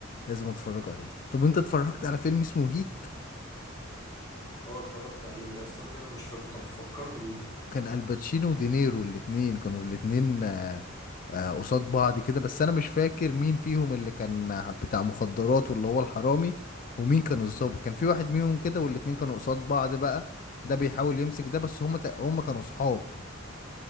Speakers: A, on the left; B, on the left.
A: لازم اتفرج عليه طب انت اتفرجت على فيلم اسمه هيت
B: اه اتفرجت عليه لا استنى كده أنا مش فاكره طب فكرني بيه
A: كان الباتشينو ودينيرو الاتنين كانوا الاتنين آه، آه، قصاد بعض كده بس انا مش فاكر مين فيهم اللي كان بتاع مخدرات واللي هو الحرامي ومين كان الضابط كان في واحد منهم كده والاتنين كانوا قصاد بعض بقى ده بيحاول يمسك ده بس هما تق- هما كانوا صحاب